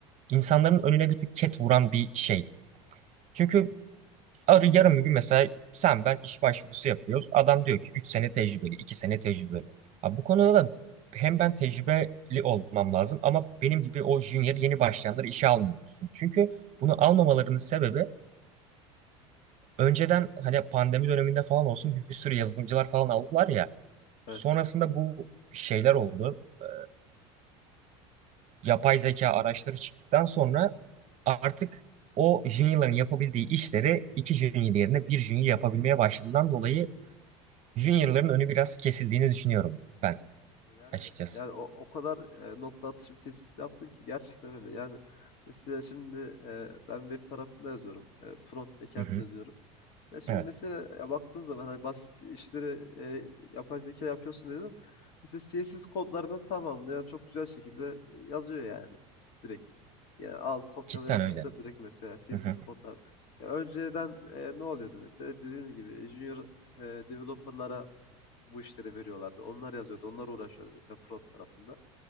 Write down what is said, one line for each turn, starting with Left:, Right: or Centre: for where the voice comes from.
Right: insanların önüne bir tık ket vuran bir şey. Çünkü Arı yarın bir gün mesela sen ben iş başvurusu yapıyoruz. Adam diyor ki 3 sene tecrübeli, 2 sene tecrübeli. Ha, bu konuda da hem ben tecrübeli olmam lazım ama benim gibi o junior yeni başlayanları işe almıyorsun. Çünkü bunu almamalarının sebebi önceden hani pandemi döneminde falan olsun bir sürü yazılımcılar falan aldılar ya.
Left: Evet.
Right: Sonrasında bu şeyler oldu. Ee, yapay zeka araçları çıktıktan sonra artık o juniorların yapabildiği işleri iki junior yerine bir junior yapabilmeye başladığından dolayı Junior'ların önü biraz kesildiğini düşünüyorum ben
Left: Kesinlikle. Yani
Right: açıkçası.
Left: yani o, o kadar e, nokta atışı bir tespit yaptın ki gerçekten öyle. Yani mesela şimdi e, ben web tarafında yazıyorum. E, front backend
Right: Hı hı.
Left: yazıyorum. Ya şimdi
Right: Evet.
Left: mesela ya baktığın zaman hani basit işleri e, yapay zeka yapıyorsun dedin. Mesela CSS kodlarının tamamını yani çok güzel şekilde e, yazıyor yani direkt. Yani al kopyala
Right: Cidden
Left: yapıştır
Right: öyle.
Left: direkt mesela CSS
Right: Hı hı.
Left: kodları Ya önceden e, ne oluyordu mesela dediğin gibi junior e, developerlara bu işleri veriyorlardı. Onlar yazıyordu, onlar uğraşıyordu mesela front tarafında.